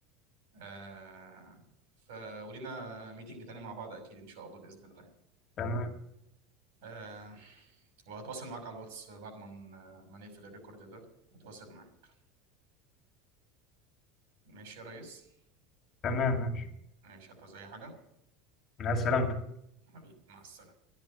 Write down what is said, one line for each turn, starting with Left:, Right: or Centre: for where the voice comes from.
Right: آه ف ولينا ميتنج تاني مع بعض اكيد ان شاء الله باذن الله
Left: تمام
Right: آه وهتواصل معاك على الواتس بعد ما ن- ما نقفل الريكورد ده هتواصل معاك ماشي يا ريس
Left: تمام ماشي
Right: ماشي هتعوز اي حاجة
Left: مع السلامتك
Right: حبيبي مع السلامة